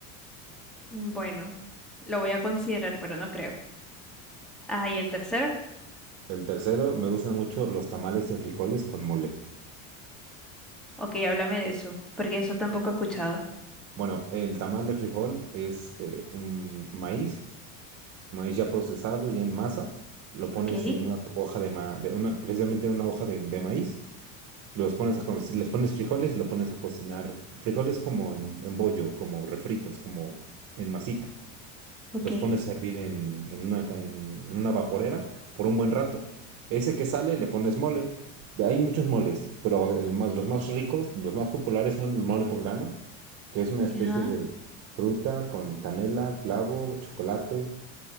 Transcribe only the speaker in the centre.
Mm, Bueno, lo voy a considerar, pero no creo. Ah, ¿y el tercero?
Ok, háblame de eso, porque eso tampoco he escuchado.
Ok,
ok.
Ajá.